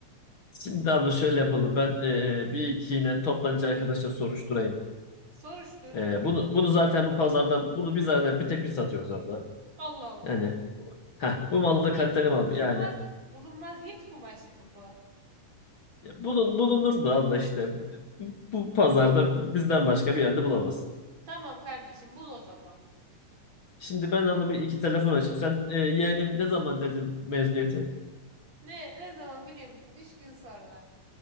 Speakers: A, on the left; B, on the right.
A: Şimdi abla şöyle yapalım. Ben e, bir iki yine toptancı arkadaşa soruşturayım.
B: Soruştur.
A: E, bunu, bunu zaten bu pazarda bunu biz zaten bir tek biz satıyoruz abla.
B: Allah Allah.
A: Yani Heh, bu malda kaliteli
B: Ya
A: mal
B: Bulunmaz.
A: yani
B: Bulunmaz Hint kumaşı mı bu?
A: Ya bulun, bulunur da abla işte bu pazarda bizden başka bir yerde bulamazsın.
B: Tamam kardeşim, bul o zaman.
A: Şimdi ben abla bir iki telefon açıp sen e, yeğenim ne zaman dedin mezuniyeti?
B: Ne ne zaman biliyor musun? Üç gün sonra.